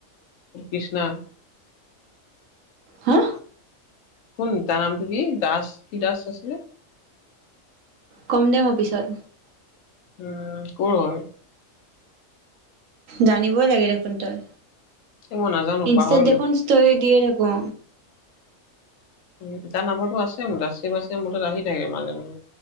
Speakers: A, on the left; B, on the right.
A: কৃষ্ণা
B: হা
A: শুন তাৰ নামটো কি দাস কি দাস আছিলে
B: কম দে ম পিছত
A: উম কৰ হয়
B: জানিবই লাগে দেখোন তই
A: এই মই নাজানো
B: ইনষ্টাত
A: পাহৰিলো
B: দেখোন ষ্টৰি দিয়ে থাকো।
A: উ তাৰ নাম্বৰটো আছে মোৰ তাত চেভ আছে মোৰ তাত আহি থাকে মাজে মাজে